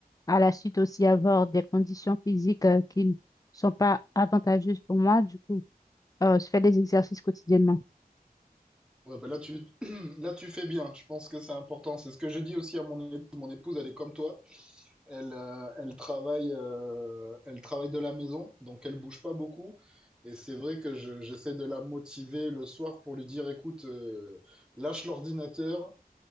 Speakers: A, on the left; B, in the centre.
A: à la suite aussi avoir des conditions physiques euh, qui ne sont pas avantageuses pour moi. Du coup, euh, je fais des exercices quotidiennement.
B: Ouais, bah là tu, <clears throat> là tu fais bien. Je pense que c'est important. C'est ce que je dis aussi à mon épouse. Mon épouse, elle est comme toi. Elle, euh, elle travaille, euh, elle travaille de la maison, donc elle bouge pas beaucoup. Et c'est vrai que je- j'essaie de la motiver le soir pour lui dire, écoute, euh, lâche l'ordinateur,